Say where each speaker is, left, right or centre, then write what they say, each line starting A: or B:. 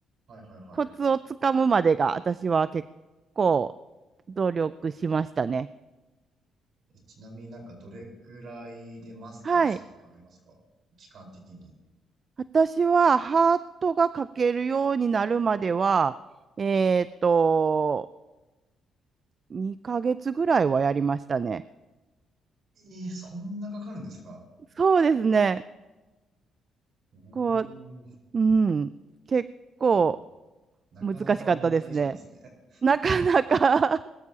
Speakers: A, on the right; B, on the right.
A: はいはいはい。
B: コツをつかむまでが私は結構努力しましたね。
A: え、ちなみになんかどれくらいでマスターしたとかありますか期間的に。
B: はい。私はハートが書けるようになるまでは、えっと、2ヶ月ぐらいはやりましたね。
A: えーそんなかかるんですか
B: そうですね。
A: お
B: こう、
A: ー、
B: うん、結構
A: ななかなか思った以上ですね。
B: 難しかったですね。なかなか